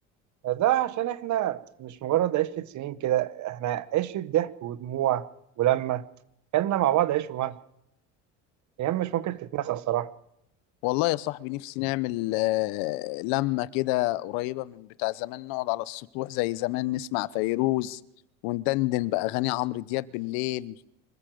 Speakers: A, on the right (about 50°); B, on the left (about 70°).
A: ده عشان احنا مش مجرد عشره سنين كده احنا عشره ضحك ودموع ولما كلنا مع بعض عيش وملح ايام مش ممكن تتنسى الصراحه
B: والله يا صاحبي نفسي نعمل آه، لمة كده قريبة من بتاع زمان نقعد على السطوح زي زمان نسمع فيروز وندندن بأغاني عمرو دياب بالليل